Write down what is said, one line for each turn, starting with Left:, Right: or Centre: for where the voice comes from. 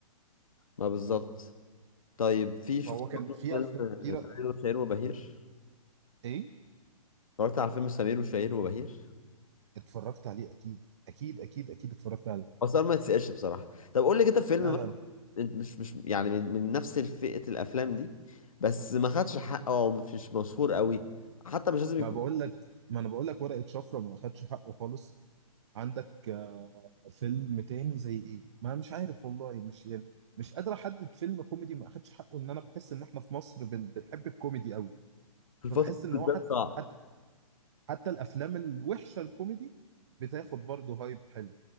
Left: ما بالظبط طيب في شفت
Right: فهو كان
Left: برضو
Right: فيه
Left: فيلم
Right: افلام
Left: آه،
Right: كتيره
Left: سمير وشهير وبهير
Right: ايه
Left: اتفرجت على فيلم سمير وشهير وبهير
Right: اتفرجت عليه اكيد اكيد اكيد اكيد اتفرجت عليه
Left: هو السؤال ما يتسألش بصراحة طب قول لي كده فيلم
Right: لا
Left: مثلا
Right: لا
Left: انت مش مش يعني من من نفس فئة الأفلام دي بس ما خدش حقه أو مش مشهور قوي حتى مش لازم يكون
Right: ما بقول لك ما انا بقول لك ورقة شفرة ما اخدش حقه خالص عندك آه، فيلم تاني زي ايه ما مش عارف والله مش يعني مش قادر احدد فيلم كوميدي ما اخدش حقه ان انا بحس ان احنا في مصر بن- بنحب الكوميدي قوي
Left: في الفترة
Right: فبحس ان
Left: دي
Right: هو
Left: ده
Right: حتى
Left: صعب
Right: حتى حتى الافلام الوحشة الكوميدي بتاخد برضه هايب حلو